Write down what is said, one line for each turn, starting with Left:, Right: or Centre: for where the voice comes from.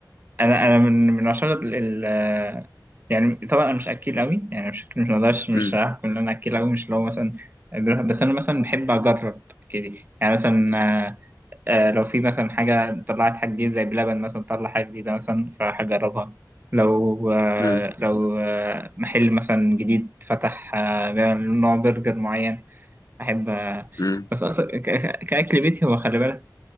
Right: انا انا من من عشرة ال ال- آه، يعني طبعا انا مش اكيل قوي يعني مش مش مقدرش مش
Left: امم
Right: هحكم ان انا اكيل قوي مش لو مثلا بس انا مثلا بحب اجرب كده يعني مثلا آه لو في مثلا حاجة طلعت حاجة جديدة زي بلبن مثلا طلع حاجة جديدة مثلا فهجربها لو آه
Left: امم
Right: لو آه محل مثلا جديد فتح آه بيعمل نوع برجر معين أحب آه
Left: امم
Right: بس أصلا ك- ك- كأكل بيتي هو خلي بالك